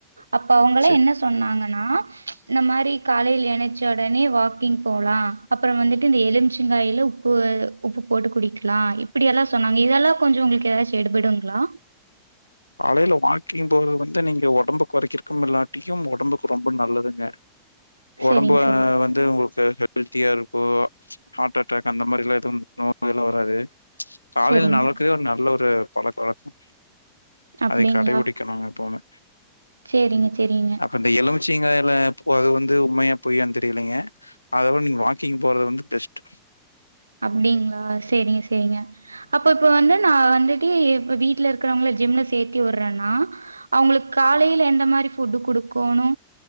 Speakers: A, on the right (about 80°); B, on the left (about 85°).
A: அப்ப அவங்கலா
B: சே
A: என்ன சொன்னாங்கன்னா இந்த மாதிரி காலையில் எனச்சி எந்திச்ச உடனே வாக்கிங் போகலா அப்புறோ வந்துட்டு இந்த எலுமிச்சங்காய்ல உப்பு உப்பு போட்டு குடிக்கு டக்ளா இப்படியெல்லா சொன்னாங்க இதெல்லா கொஞ்ச உங்களுக்கு ஏதாச்சு எடுபடுங்களா
B: காலையில வாக்கிங் போறது வந்து நீங்க உடம்பு குறைக்க இல்லாட்டியு உடம்புக்கு ரொம்ப நல்லதுங்க
A: சரிங்க,
B: உடம்பு
A: சரிங்க.
B: வந்து எது உங்களுக்கு ஹெல்தியா இருக்கோ ஹார்ட் அட் அட்டாக் அந்த மாதிரில்லா எதுவு நோயெல்லா வராது காலையில
A: சரிங்க.
B: நடக்கே ஒரு நல்ல ஒரு பழக்க வழக்க
A: அப்படிங்களா?
B: அதை கடைபிடிக்கணும்ங்க எப்பவுமே
A: சரிங்க, சரிங்க.
B: அந்த எலுமிச்சிங்காய்ல அது வந்து உண்மையா பொய்யானு தெரியலைங்க அதை விட நீங்க வாக்கிங் போறது வந்து பெஸ்ட்
A: அப்படிங்களா செரிங்க செரிங்க அப்ப இப்ப வந்து நா வந்துட்டு இப்ப வீட்டு்ல இருக்கறவங்கள ஜிம்ல சேர்த்தி விடுறேன்னா அவங்களுக்கு காலையில எந்த மாதிரி ஃபுட்டு கொடுக்கோணு